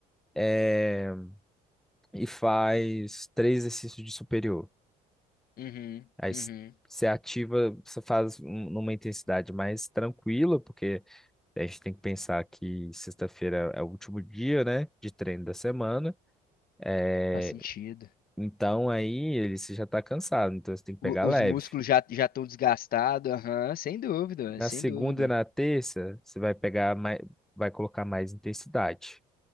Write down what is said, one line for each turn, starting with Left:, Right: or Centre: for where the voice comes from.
Centre: é, e faz três exercícios de superior.
Left: Uhum,
Centre: Aí s-
Left: uhum.
Centre: você ativa, você faz um- numa intensidade mais tranquila, porque a gente tem que pensar que sexta-feira é o último dia, né, de treino da semana. É,
Left: Faz sentido.
Centre: então aí ele você já está cansado, então você tem que
Left: O-
Centre: pegar
Left: os
Centre: leve.
Left: músculos já já estão desgastados, aham, sem dúvida,
Centre: Na
Left: sem
Centre: segunda
Left: dúvida.
Centre: e na terça, você vai pegar mais, vai colocar mais intensidade.